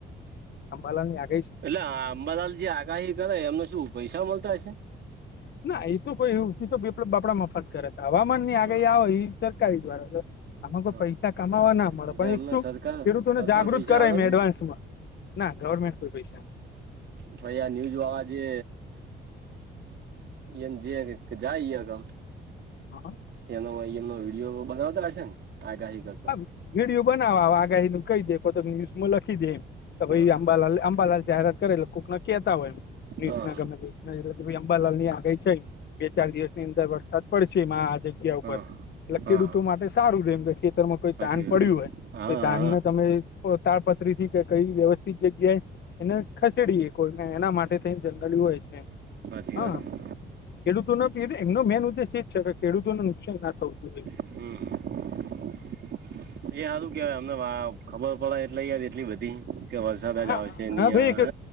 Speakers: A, on the left (about 60°); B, on the right (about 60°).
A: અંભાલાની આખ
B: એટલે આ અંબાલાલ જે આગાહી કરે, એમને શું પૈસા મળતા હશે?
A: ના એ શું કોઈ <unintelligible> બાપડા મફત કરે, હવામાન ની આગાહી
B: હા
A: આવે ઇ સરકારી દ્વારા ક આમાં કોઈ
B: હા
A: પૈસા કમાવા ના મળે,
B: એટલે
A: પણ
B: એમને
A: એક શું
B: સરકાર
A: ખેડૂતોને
B: સરકાર
A: જાગૃત
B: પૈસા
A: કરાય
B: હાલે
A: એમ
B: ને
A: એડવાન્સ માં. ના ગવર્મેન્ટ કોઈ પૈસા.
B: ભાઈ આ ન્યૂઝ વાવાજે. યેન જે કે જાય કેમ.
A: હા હા.
B: એનો વય એમનો વિડીયો બનાવતા હશે ન, આગાહી કર
A: હમ વિડીયો બનાવા, આગાહી નું કઈ દે, કોત ન્યુઝમાં લખી દે એમ. તો ભાઈ
B: હા
A: અંબાલાલ, અંબાલાલ જાહેરાત કરે એટલે કૂક ના કેતા હોય મિસ
B: હા
A: ના ગમે થી. નઇ રે ભાઈ અંબાલાલ ની આગહી છે, બે ચાર દિવસ ની અંદર વરસાદ પડશે એમાં આ જગ્યા ઉપર,
B: હા
A: એટલે
B: હા
A: ખેડૂતો
B: હા
A: માટે સારું રે, એમ કે ખેતરમાં કોઈ
B: સાચી
A: ધાન
B: વાત
A: પડ્યું હોય.
B: હા
A: તો ધાનને
B: હા
A: તમે પો તાળપતરી થી કઈ વ્યવસ્થિત જગ્યાએ એને ખસેડી એે કોઈ, ને એના માટે થઈ જનરલિ હોય છે.
B: હાચી વાત
A: હા
B: છે.
A: ખેડૂતોનો થી, એમનો મેન ઉદ્દેશ એ જ છે, કે ખેડૂતોને નુકસાન ના થવું જોઈ.
B: હમ્મ. એ સારું કેવાય, અમને ખબર પડે, એટલે યાદ એટલી બધી. કે વરસાદ
A: હા
B: જ આવશે નહીં,
A: હા ભાઈ એક
B: હ.